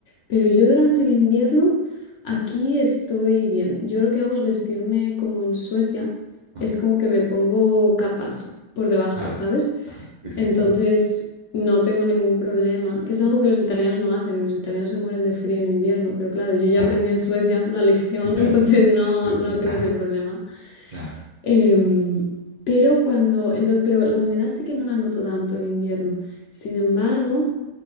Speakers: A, on the left (about 60°); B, on the right (about 65°).
A: pero yo durante el invierno aquí estoy bien. Yo lo que hago es vestirme como en Suecia,
B: ajá,
A: es como que me pongo capas por debajo,
B: claro.
A: ¿sabes?
B: Ajá, sí, sí.
A: Entonces,
B: Ajá.
A: no tengo ningún problema, que es algo que los italianos no hacen, y los italianos se mueren de frío en invierno, pero claro, yo ya
B: Ah,
A: aprendí en Suecia la lección,
B: sí, claro.
A: <laughs> entonces no,
B: Sí,
A: no
B: sí. sí,
A: tengo
B: Ajá,
A: ese problema.
B: claro.
A: Em, pero cuando, entonces, pero la humedad sí que no la noto tanto en invierno. Sin embargo,